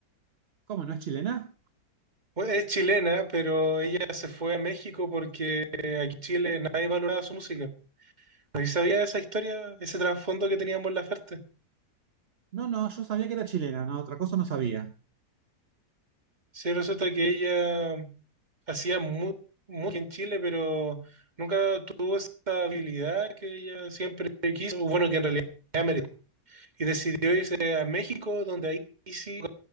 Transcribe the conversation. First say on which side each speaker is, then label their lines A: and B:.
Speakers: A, on the right; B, on the right.
A: ¿Cómo no es chilena?
B: Bueno, es chilena, pero ella se fue a México porque aquí en Chile nadie valoraba su música. ¿No sabía esa historia, ese trasfondo que tenía Mon Laferte?
A: No, no, yo sabía que era chilena, no, otra cosa no sabía.
B: Sí, resulta que ella hacía muy, muy en Chile, pero nunca tuvo esa habilidad que ella siempre quiso, o bueno, que en realidad merecía, y decidió irse a México, donde ahí sí su